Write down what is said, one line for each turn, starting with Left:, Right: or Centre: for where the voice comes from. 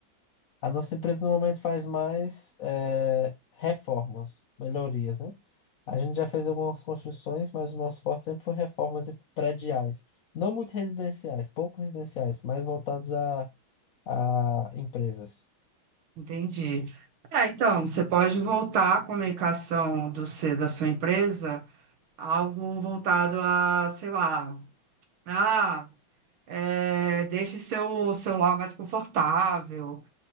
Left: A nossa empresa no momento faz mais eh, reformas, melhorias, né? A gente já fez algumas construções, mas o nosso forte sempre foi reformas e prediais. Não muito residenciais, pouco residenciais, mas voltados a, a empresas.
Right: Entendi. É, então, você pode voltar a comunicação do seu, da sua empresa algo voltado a, sei lá, ah, é, deixe seu celular mais confortável,